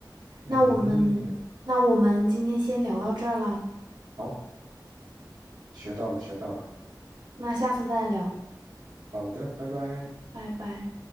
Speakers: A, on the right (about 65°); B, on the right (about 80°).
A: 嗯嗯，
B: 那我们那我们今天先聊到这儿啦，
A: 嗯好，学到了学到了，
B: 那下次再聊，
A: 好的，拜拜。
B: 拜拜。